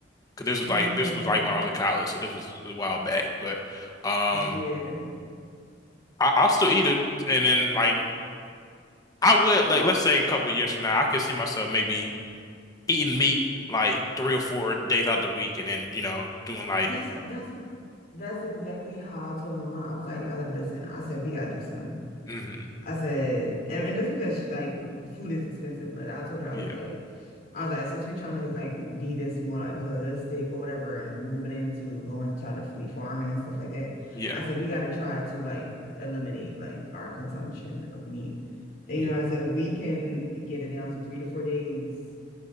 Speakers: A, on the left (about 20°); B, on the left (about 55°).
A: Cause this
B: Yeah,
A: was like this was like when I was in college, so this was a while back. But um,
B: yeah.
A: I, I'll still eat it, and then like I would like let's say a couple years from now, I could see myself maybe eating meat like three or four days out the week, and then you know doing like
B: That's that's that's exactly how I told my mom. I was like, I was like, listen, I said we gotta do something.
A: hmm
B: I said, and, and just because she, like food is expensive, but I told her
A: yeah
B: I was like, I was like, since we're trying to like be this more like holistic or whatever, and moving into going to try to free farming and stuff like that,
A: yeah
B: I said we got to try to like eliminate like our consumption of meat. And
A: yeah
B: you know, I said if we can get it down to three to four days